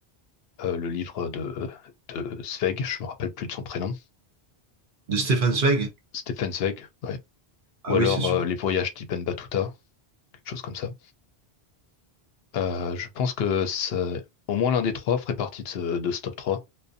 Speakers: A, on the left; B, on the right.
A: euh, le livre de, de Zweig, je me rappelle plus de son prénom,
B: De Stefan Zweig?
A: Stefan Zweig, ouais.
B: Ah
A: Ou alors
B: oui, c'est super.
A: euh, les voyages d'Ibn Battuta, quelque chose comme ça. Euh, je pense que ça- au moins l'un des trois ferait partie de ce, de ce top 3.